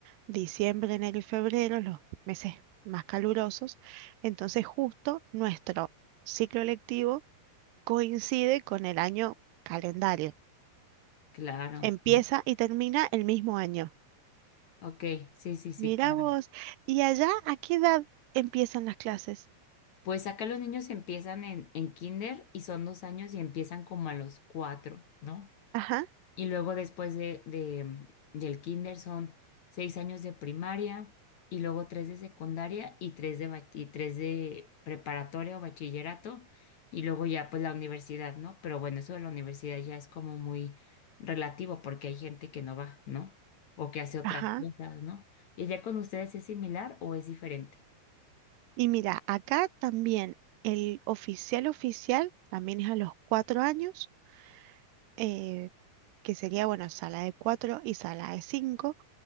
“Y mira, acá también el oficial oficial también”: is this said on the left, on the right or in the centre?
Right